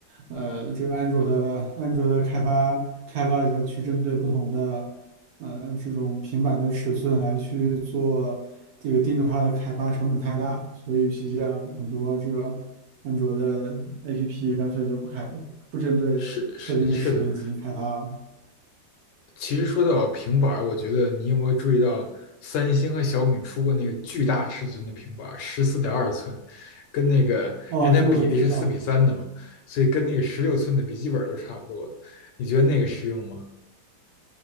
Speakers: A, on the right (about 60°); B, on the left (about 70°).
A: 呃这个安卓的安卓的开发开发者去针对不同的呃这种平板的尺寸来去做这个定制化的开发，成本太大，所以与其这样，很多这个安卓的 APP 干脆就不开不针对特定的尺寸进行开发了。
B: 是是是的，其实说到平板我觉得你有没有注意到，三星和小米出过那个巨大尺寸的平板儿，十四点二寸，跟那个因为它比例是四比三的嘛，
A: 哦，这我都不知道。
B: 所以跟那个十六寸的笔记本都差不多了你觉得那个实用吗？